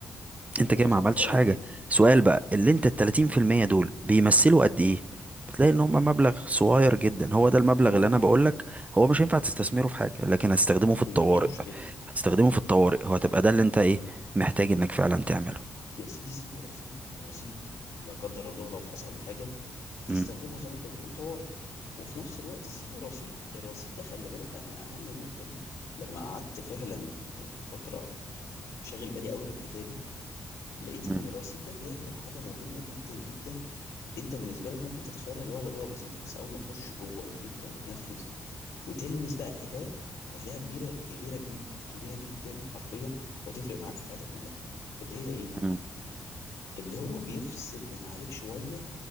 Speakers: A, on the right (about 25°); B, on the left (about 70°).
A: انت
B: هو
A: كده ما
B: صح
A: عملتش
B: طبعا
A: حاجة سؤال بقى اللي انت التلاتين في المية دول بيمثلوا قد ايه بتلاقي ان هم مبلغ صغير جدا هو ده المبلغ
B: ولا
A: اللي انا
B: حاجه
A: بقولك هو مش هينفع تستثمره في حاجة لكن هتستخدمه في الطوارئ
B: مفيش مشكله
A: هتستخدمه في الطوارئ هو هتبقى ده اللي انت ايه محتاج انك فعلا تعمله
B: يا سيدي سيبه رصيد الرصيد لا قدر الله لو حصل حاجه
A: مم.
B: تستخدمه زي ما انت بتقول طوارئ وفي نفس الوقت سيبه رصيد الرصيد ده خلي بالك انا اهم نقطه دي لما قعدت فعلا آه، فتره شاغل بالي قوي بالحكايه دي لقيت
A: مم.
B: ان الرصيد ده بيعمل حاجه مهمه جدا جدا انت بالنسبه لك ممكن تتخيلها الوهله الاولى بسيطه بس اول ما تخش جوه الفكره وتنفذ وتلمس بقى الحكايه هتلاقيها كبيره كبيره جدا كبيره جدا حرفيا وتفرق معاك في حياتك كلها اللي هي ايه
A: مم.
B: اللي هو بيفصل من عليك شويه